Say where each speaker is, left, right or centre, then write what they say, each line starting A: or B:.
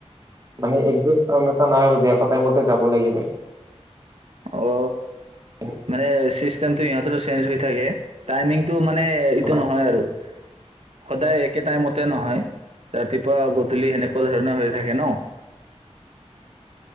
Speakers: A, on the right; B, on the right.
A: মানে একজেক্ট টাইম এটা নাই আৰু যে এটা টাইমতে যাব লাগিব
B: অ
A: এনেকুৱা
B: মানে ছিষ্টেমটো ইিহঁতৰ চেঞ্জ হৈ থাকে টাইমিংটো মানে এইটো
A: নাই
B: নহয় আৰু সদায় একে টাইমতে নহয় ৰাতিপুৱা গধূলি সেনেকুৱা ধৰণৰ হৈ থাকে ন